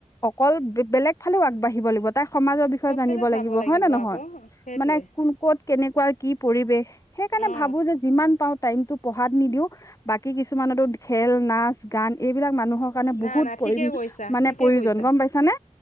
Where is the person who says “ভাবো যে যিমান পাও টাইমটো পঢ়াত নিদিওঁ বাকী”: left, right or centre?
Left